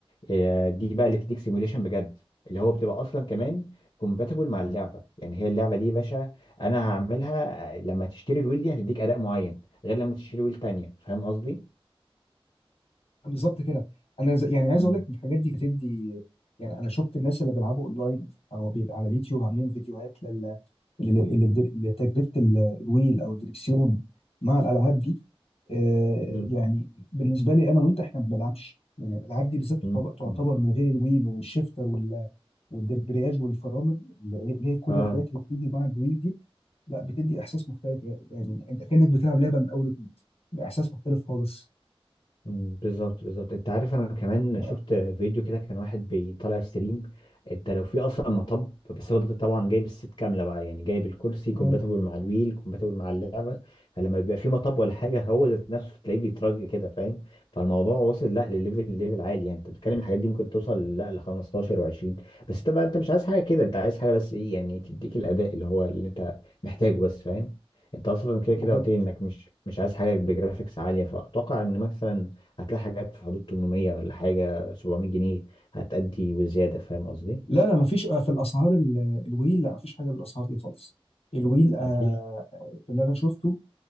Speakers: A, on the left; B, on the left.
A: هي دي بقى اللي بتديك سيموليشن بجد اللي هو بتبقى اصلا كمان كومباتبل مع اللعبه يعني هي اللعبه دي يا باشا انا هعملها آه، لما تشتري الويل دي هتديك اداء معين غير لما تشتري ويل تانية فاهم قصدي؟
B: بالظبط كده انا ز... يعني عايز
A: مم.
B: اقول لك الحاجات دي بتدي يعني انا شفت الناس اللي بيلعبوا اونلاين او بي... على اليوتيوب عاملين فيديوهات ال- ال- ال- تجربه ال- الويل او الدريكسيون مع الالعاب دي آه،
A: مم.
B: يعني بالنسبه لي انا وانت احنا ما بنلعبش يعني الالعاب دي بالذات تعتبر
A: مم.
B: تعتبر
A: مم.
B: من غير الويل والشيفتر وال والدربرياج والفرامل اللي هي كل
A: اه
B: الحاجات اللي بتيجي مع الويل دي لا بتدي احساس مختلف يعني انت كانك بتلعب لعبه من اول وجديد باحساس مختلف خالص
A: مم، بالظبط بالظبط انت عارف انا كمان
B: اه
A: شفت فيديو كده كان واحد بيطلع ستريم انت لو في اصلا مطب بس هو ده طبعا جايب الست كامله بقى يعني جايب الكرسي
B: اه
A: كومباتبل مع الويل كومباتبل مع اللعبه فلما بيبقى في مطب ولا حاجه هو ذات نفسه تلاقيه بيترج كده فاهم فالموضوع وصل لا لليفل ليفل عالي يعني انت بتتكلم الحاجات دي ممكن توصل لا ل 15 و20 بس انت بقى انت مش عايز حاجه كده انت عايز حاجه بس ايه يعني تديك الاداء اللي هو اللي انت محتاجه بس فاهم انت اصلا كده كده
B: بالظبط
A: قلت لي انك مش مش عايز حاجه بجرافيكس عاليه فاتوقع ان مثلا هتلاقي حاجات في حدود 800 ولا حاجة 700 جنيه هتأدي وزيادة فاهم قصدي؟
B: لا لا مفيش آه، في الاسعار ال- الويل لا مفيش حاجه بالاسعار دي خالص الويل آه
A: مفيش
B: آه، في اللي انا شفته